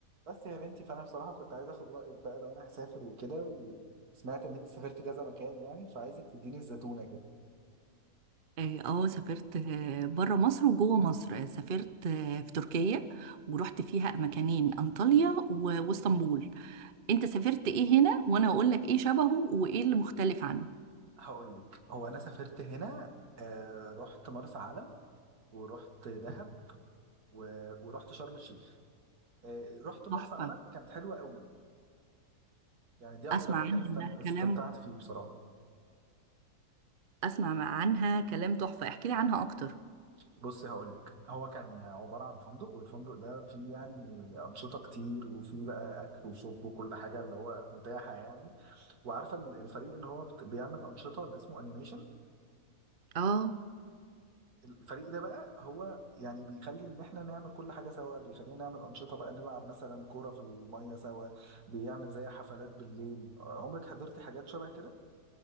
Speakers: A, on the right; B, on the right.
A: بس يا بنتي فانا بصراحه كنت عايز اخد رايك بقى لو انا هسافر وكده و- وسمعت ان انت سافرت كذا مكان يعني فعايزك تديني الزتونه كده
B: اه آه، سافرت آه، بره مصر وجوه مصر آه، سافرت آه، في تركيا ورحت فيها مكانين انطاليا و- واسطنبول انت سافرت ايه هنا وانا اقول لك ايه شبهه وايه اللي مختلف عنه
A: هقول لك هو انا سافرت هنا آه رحت مرسى علم ورحت دهب و... ورحت شرم الشيخ آه رحت مرسى
B: تحفة
A: علم كانت حلوه قوي يعني دي اكتر
B: اسمع
A: مكان
B: عنها
A: استم...
B: انها
A: استمتعت
B: كلام
A: فيه بصراحه
B: اسمع عنها كلام تحفة احكي لي عنها اكتر
A: بص هقول لك هو كان عباره عن فندق والفندق ده فيه يعني انشطه كتير وفيه بقى اكل وشرب وكل حاجه اللي هو متاحه يعني وعارفه ال- الفريق اللي هو بت- بيعمل انشطه اللي اسمه انيميشن
B: اه
A: الفريق ده بقى هو يعني بيخلي ان احنا نعمل كل حاجه سوا بيخلينا نعمل انشطه بقى نلعب مثلا كوره في الميه سوا بيعمل زي حفلات بالليل عمرك حضرتي حاجات شبه كده